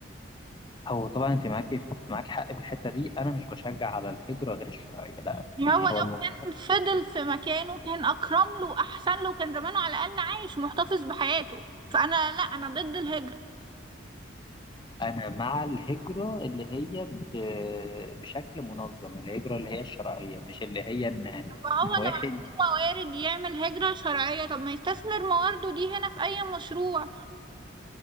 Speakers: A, on the left; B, on the right.
A: هو طبعا انت معاكي في- معاك حق في الحته دي انا مش بشجع على الهجره غير الشرعيه لا
B: يعني
A: يعني
B: هو لو
A: هو الموضوع
B: كان فضل في مكانه كان اكرم له واحسن له كان زمانه على الاقل عايش ومحتفظ بحياته فانا لا انا ضد الهجرة
A: انا مع الهجره اللي هي ب- بشكل منظم الهجره اللي هي الشرعيه مش اللي هي ان
B: فهو
A: إن واحد
B: لو عنده موارد يعمل هجرة شرعية طب ما يستثمر موارده دي هنا في أي مشروع